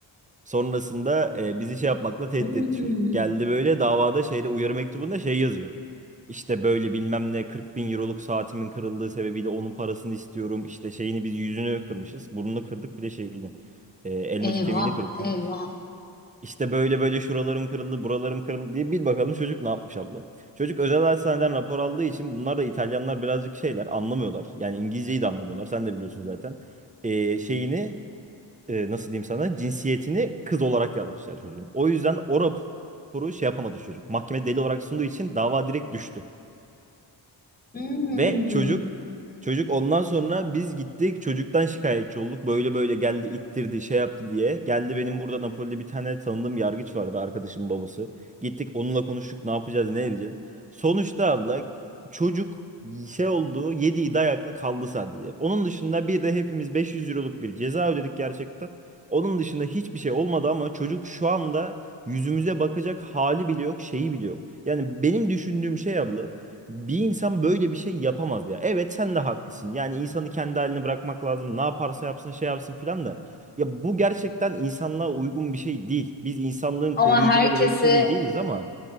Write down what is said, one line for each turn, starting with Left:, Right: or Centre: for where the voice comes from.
Right: Sonrasında e, bizi şey yapmakla tehdit
Left: Hmm,
Right: etti çocuk. Geldi böyle davada şeyde uyarı mektubunda şey yazıyor. İşte böyle bilmem ne 40 bin euroluk saatimin kırıldığı sebebiyle onun parasını istiyorum. İşte şeyini biz yüzünü kırmışız. Burnunu kırdık bir de şeyini. E, elmacık
Left: eyvah,
Right: kemiğini kırdık
Left: eyvah.
Right: bunun. İşte böyle böyle şuralarım kırıldı buralarım kırıldı diye bil bakalım çocuk ne yapmış abla. Çocuk özel hastaneden rapor aldığı için bunlar da İtalyanlar birazcık şeyler anlamıyorlar. Yani İngilizceyi de anlamıyorlar sen de biliyorsun zaten e, şeyini e, nasıl diyeyim sana cinsiyetini kız olarak yazmışlar çocuğun. O yüzden o raporu şey yapamadı çocuk. Mahkeme deli olarak sunduğu için dava direkt düştü.
Left: Hmm.
Right: Ve çocuk çocuk ondan sonra biz gittik çocuktan şikayetçi olduk. Böyle böyle geldi ittirdi şey yaptı diye. Geldi benim burada Napoli'de bir tane tanıdığım yargıç vardı arkadaşımın babası. Gittik onunla konuştuk ne yapacağız ne edeceğiz. Sonuçta abla çocuk şey oldu yediği dayakla kaldı sadece. Onun dışında bir de hepimiz 500 euroluk bir ceza ödedik gerçekten. Onun dışında hiçbir şey olmadı ama çocuk şu anda yüzümüze bakacak hali bile yok, şeyi bile yok. Yani benim düşündüğüm şey abla bir insan böyle bir şey yapamaz ya. Evet sen de haklısın. Yani insanı kendi haline bırakmak lazım. Ne yaparsa yapsın şey yapsın filan da. Ya bu gerçekten insanlığa uygun bir şey değil. Biz insanlığın
Left: Ama
Right: koruyucuları,
Left: herkese,
Right: bekçiliği değiliz ama